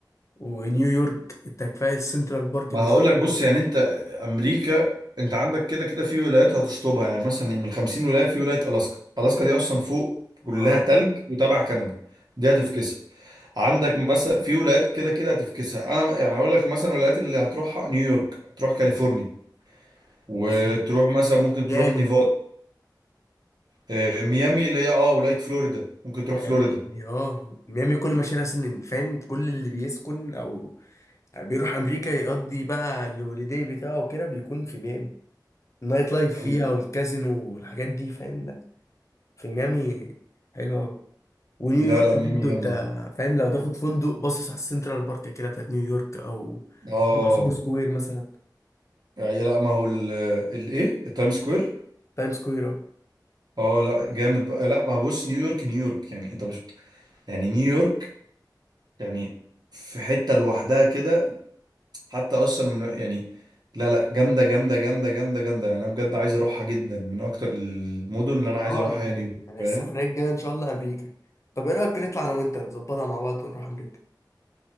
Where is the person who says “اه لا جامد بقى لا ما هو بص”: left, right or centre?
Right